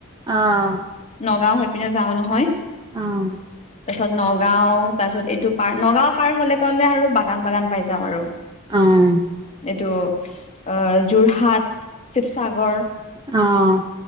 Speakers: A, on the right; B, on the left.
A: অ'
B: নগাও হৈ পিনে যাও নহয়
A: অ'
B: তাৰপিছত নগাও, তাৰপিছত এইটো পাৰ নগাও পাৰ হলে কলে আৰু বাগান - বাগান পাই যাও আৰু।
A: অ'
B: এইটো অ, যোৰহাট, শিৱসাগৰ
A: অ',